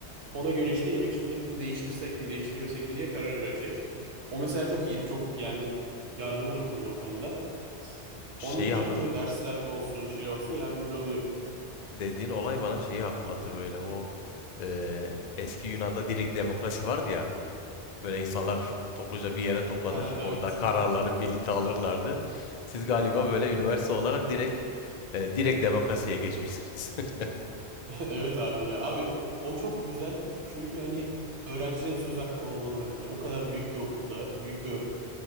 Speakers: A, on the right; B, on the left.
A: Ona göre işte yemek şirketini değiştirsek mi değiştirmesek mi diye karar verecek. O mesela çok iyiydi. Çok yani yardımı dokundu o konuda.
B: Şeyi
A: Onun dışında
B: hatır
A: böyle dersler olsun şey olsun yardımcı oluyor. <laughs>
B: dediğin olay bana şeyi hatırlattı böyle o e, eski Yunan'da direkt demokrasi vardı ya. Böyle insanlar topluca bir yere toplanır,
A: Ha,
B: orada
A: Evet.
B: kararları birlikte alırlardı. Siz galiba böyle üniversite olarak direkt e, direkt demokrasiye geçmişsiniz. <laughs>
A: <laughs> Evet abi ya. Abi o çok güzel. Çünkü hani öğrencilerin söz hakkı olmalı bence. O kadar büyük bir okulda büyük bir